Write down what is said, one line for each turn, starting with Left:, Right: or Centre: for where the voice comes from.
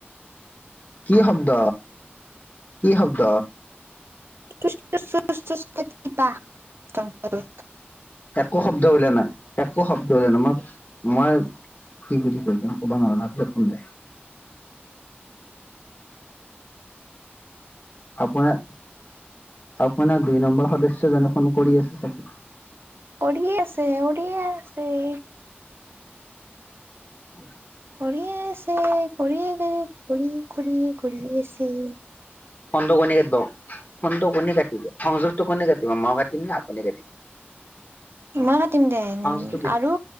Left: কি শব্দ? কি শব্দ?
Right: <unintelligible>
Left: একো শব্দ ওলোৱা নাই, একো শব্দ ওলোৱা নাই মই মই কি বুলি কয় জ ক'ব নোৱাৰো তাৰপিছত কম দে। আপোনাক আপোনাক দুই নম্বৰ সদস্য জনে ফোন কৰি আছে চাগে।
Right: কৰিয়ে আছে, কৰিয়ে আছে।
Left: উম।
Right: কৰিয়ে আছে, কৰিয়ে কৰি কৰি কৰি আছে।
Left: ফোনটো কোনে কাটিব, ফোনটো কোনে কাটিব সংযোগটো কোনে কাটিব মই কাটিম নে আপুনি কাটিব? <inaudible>
Right: মই কাটিম দে
Left: সংযোগটো
Right: আৰু